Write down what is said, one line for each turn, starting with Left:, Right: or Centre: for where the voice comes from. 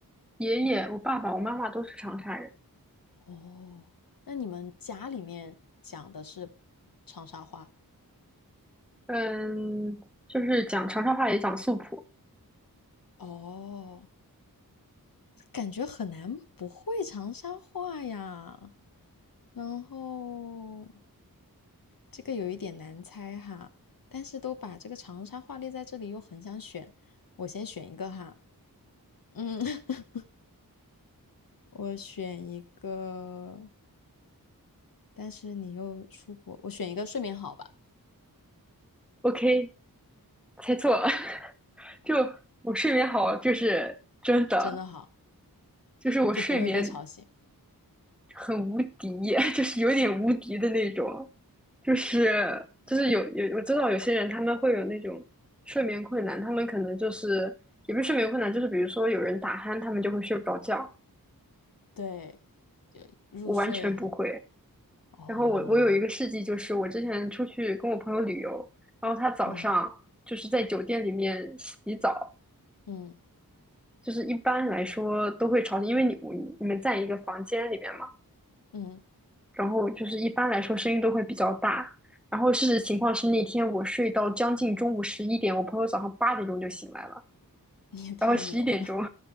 Centre: 爷爷、我爸爸、我妈妈都是长沙人，
Left: 哦，那你们家里面讲的是长沙话？
Centre: 嗯，就是讲长沙话也讲素普。
Left: 哦，感觉很难不会长沙话呀。然后这个有一点难猜哈，但是都把这个长沙话列在这里，又很想选，我先选一个哈。嗯，<laughs> 我选一个，但是你又出国，我选一个睡眠好吧，
Centre: OK，猜错了，<laughs> 就我睡眠好，就是真的，
Left: 真的好，
Centre: 就是我睡眠
Left: 就不会被吵醒。
Centre: 很无敌，<laughs> 就是有点无敌的那种，就是就是有有我知道有些人他们会有那种睡眠困难，他们可能就是也不是睡眠困难，就是比如说有人打鼾，他们就会睡不着觉，
Left: 对，就入睡很，
Centre: 我完全不会。
Left: 哦，
Centre: 然后我我有一个事迹，就是我之前出去跟我朋友旅游，然后他早上就是在酒店里面洗澡，
Left: 嗯嗯
Centre: 就是一般来说都会吵，因为你你们在一个房间里面嘛，
Left: 嗯，
Centre: 然后就是一般来说声音都会比较大。然后事实情况是那天我睡到将近中午十一点，我朋友早上八点钟就醒来了，
Left: <laughs> 你也太牛了，
Centre: 然后十一点钟，